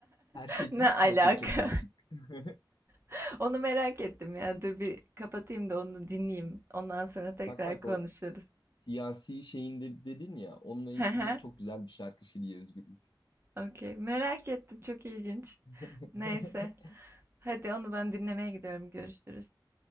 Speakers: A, on the left; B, on the right.
A: Her şey
B: <laughs> Ne alaka?
A: her şey çok karışık. <laughs>
B: <laughs> Onu merak ettim ya. Dur bir kapatayım da onu dinleyeyim. Ondan sonra tekrar
A: Bak bak
B: konuşuruz.
A: o s- siyasi şeyinde dedin ya onunla
B: Hı
A: ilgili
B: hı.
A: çok güzel bir şarkı Şili'ye özgürlük.
B: Okey. Merak ettim. Çok ilginç.
A: <laughs>
B: Neyse. Hadi onu ben dinlemeye gidiyorum. Görüşürüz.